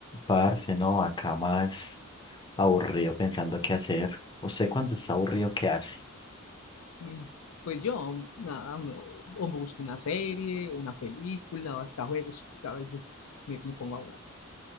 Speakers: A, on the left; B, on the left.
A: Parce, no, acá más aburrido pensando qué hacer. ¿Usted cuando está aburrido, qué hace?
B: Mm, Pues yo, nada, me, o me busco una serie, una película, o hasta juegos. A veces me, me pongo a jugar.